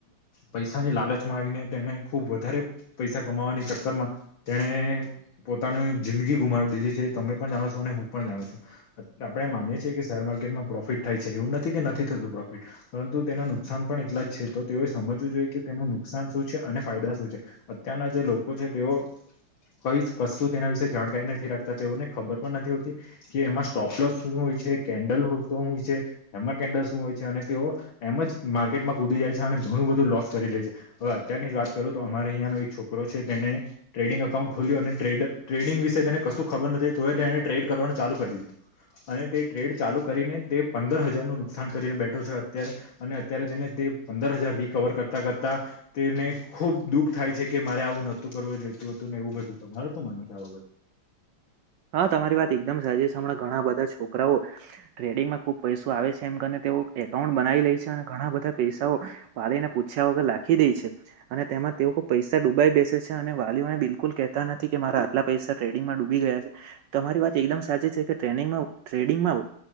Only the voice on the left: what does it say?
પૈસાની લાલચમાં આવીને. તે ખુબ વધારે પૈસા કમાવાની ચક્કરમાં તેને પોતાનું જિંદગી ગુમાવી. દીધી છે, તમે પણ જાણો છો અને હું પણ જાણું છું, આપણે માનીએ છીએ કે શેર માર્કેટમાં પ્રોફિટ થાય છે, એવું નથી. કે નથી થતું પ્રોફિટ પરંતુ તેના નુકસાન પણ એટલા જ છે, તો તેઓએ સમજવું જોઈએ કે તેનું નુકસાન શું. છે, અને ફાયદા શું છે, અત્યારના જે લોકો છે તેઓ. કઈ કશું તેના વિશે જાણકારી નથી રાખતા તેઓને ખબર પણ નથી હોતી કે એમાં જ ટોપલોસ શું હોય છે? કેન્ડલ શું હોય છે? હેમર કેન્ડલ શું હોય છે? અને તેઓ એમ જ માર્કેટમાં કૂદી જાય છે અને ઘણું બધું લોસ કરી લે છે હવે. અત્યારની જ વાત કરું તો અમારે અહંનો એક છોકરો છે તેને ટ્રેડિંગ એકાઉન્ટ ખોલ્યું અને ટ્રેડ ટ્રેડિંગ વિશે તેને વસ્તુ ખબર નથી તો એ એને ટ્રેડ કરવાનું ચાલુ કરી દીધું. અને તે ટ્રેડ ચાલુ કરીને તે પંદર હજારનું નુકસાન કરીને બેઠો છે અત્યારે, અને અત્યારે તેને તે પંદર હજાર રિકવર કરતા કરતા તેને ખુબ દુઃખ થાય છે કે મારે આવું નહોતું કરવાવ જોઈતું હતું ને એવું બધું તમારું તો માનો છો આ બાબત?